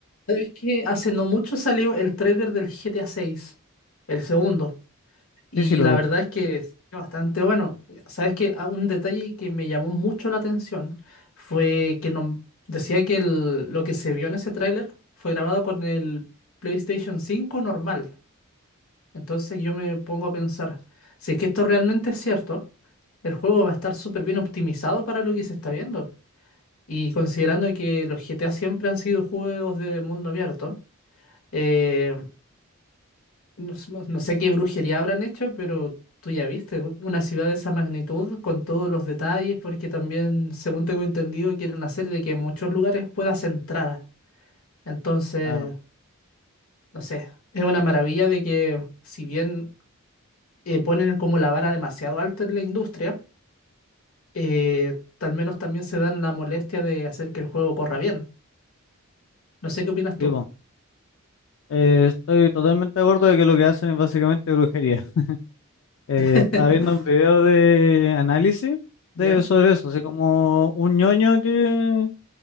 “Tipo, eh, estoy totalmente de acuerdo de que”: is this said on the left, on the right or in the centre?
Left